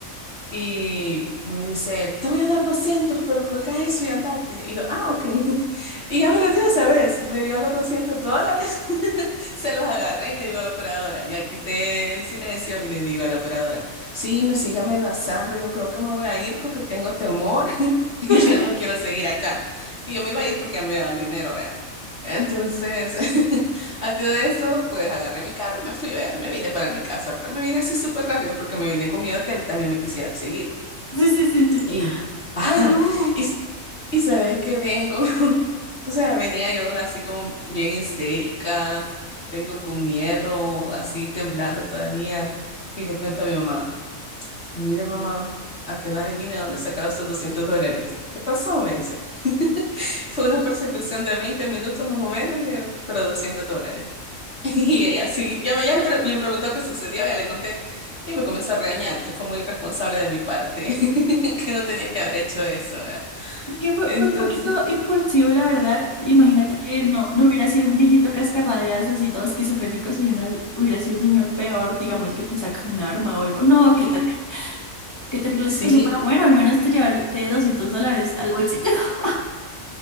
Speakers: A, on the left (about 50°); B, on the left (about 20°).
A: Y me dice él, te voy a dar 200 pero colga eso y andate. Y yo, ah, ok. <laughs> Y ya me lo dio esa vez. Me dio los 200 dólares. <laughs> Se los agarré y le digo a la operadora. Ya quité el silencio y les digo a la operadora, sí, me sigue amenazando. Yo creo que me voy a ir porque tengo temor <laughs> y
B: <laughs>
A: ya no quiero seguir acá. Y yo me iba a ir porque ya me había dado el dinero, vea. Entonces, <laughs> A todo esto, pues agarré mi carro y me fui, vea, me vine para mi casa, pero me vine así súper rápido porque me vine con miedo que él también me quisiera seguir.
B: Sí, sí, sí, sí.
A: Y, <laughs> ajá,
B: Ay, no.
A: y, s- y sabes que vengo, <laughs> o sea, venía yo así como bien histérica, vengo con miedo, así temblando todavía, y le cuento a mi mamá, mire mamá, a que no adivina dónde he sacado estos 200 dólares. ¿Qué pasó? Me dice. Fue una persecución de 20 minutos más o menos, le digo, pero 200 dólares. <laughs> Y ella sí, ya me, ya le pre- me preguntó qué sucedió, ya le conté y me comenzó a regañar, que fue muy irresponsable de mi parte, <laughs> que no tenía que haber hecho eso, ¿verdad?
B: Es que fue,
A: Entonces,
B: fue un poquito impulsivo, la verdad. Imagínate que no, no hubiera sido un viejito cascarrabias así todo esquizofrénico, sino una- hubiera sido un señor peor, digamos, que te saca un arma o algo. No,
A: sí
B: qué terrible. Qué terrible
A: sí,
B: la situación, pero
A: ju-
B: bueno, al menos te llevaste 200 dólares al bolsillo. <laughs>